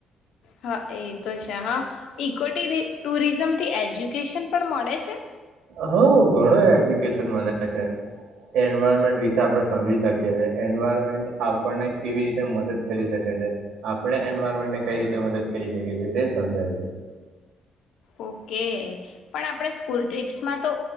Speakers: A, on the left; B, on the right.
A: હા એ તો છે હા ઇકોટ ટુરિઝમથી એજુકે વોકેશન પણ મળે છે
B: હા ઘણો એજ્યુકેશનમાં છે એન્વાયરમેન્ટ વિશે આપણે સમજી શકીએીએ એન્વાયરમેન્ટ આપણને કેવી રીતે મદદ કરી શકે છે આપણે એન્વાયરમેન્ટને કઈ રીતે મદદ કરી શકીએ છેએ તે સમજાય છે
A: ઓકે પણ આપણે સ્કૂલ ટ્રીપ્સમાં તો